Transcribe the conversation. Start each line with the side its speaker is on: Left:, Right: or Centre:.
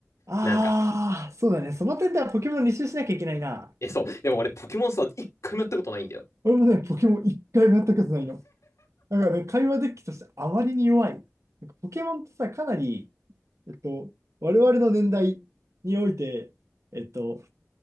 Right: ああ、
Left: なんか、
Right: そうだね。その点ではポケモン履修しなきゃいけないな。
Left: え、そう。でも俺ポケモンさ、一回もやったことないんだよ。
Right: 俺もね、ポケモン一回もやったことないの。だからね、会話デッキとしてあまりに弱い。なんかポケモンってさ、かなり、えっと、我々の年代において、えっと、